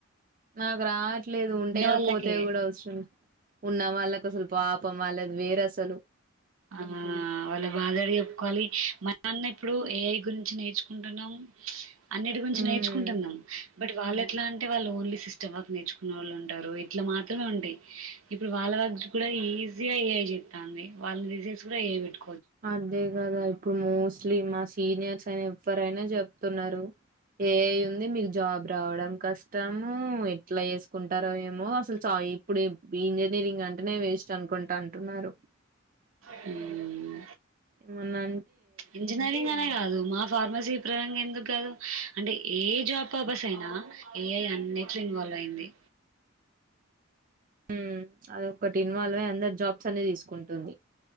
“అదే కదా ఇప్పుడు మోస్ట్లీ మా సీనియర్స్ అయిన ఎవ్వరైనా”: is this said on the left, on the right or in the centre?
Right